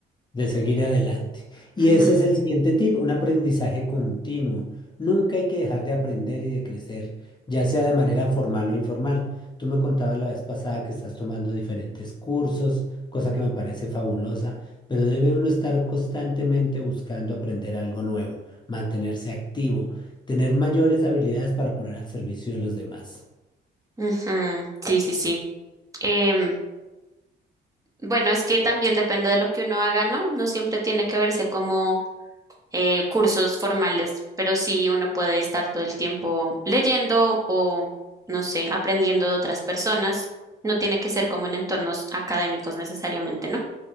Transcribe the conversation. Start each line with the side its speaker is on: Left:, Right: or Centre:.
Left: de seguir adelante. Y
Right: Ujú,
Left: ese es el siguiente tip, un aprendizaje continuo. Nunca hay que dejar de aprender y de crecer, ya sea de manera formal o informal. Tú me contabas la vez pasada que estás tomando diferentes cursos, cosa que me parece fabulosa, pero debe uno estar constantemente buscando aprender algo nuevo, mantenerse activo, tener mayores habilidades para poner al servicio de los demás.
Right: ujú, Sí, sí, sí. Em, bueno, es que también depende de lo que uno haga, ¿no? No siempre tiene que verse como eh, cursos formales, pero sí uno puede estar todo el tiempo leyendo o, no sé, aprendiendo de otras personas. No tiene que ser como en entornos académicos necesariamente, ¿no?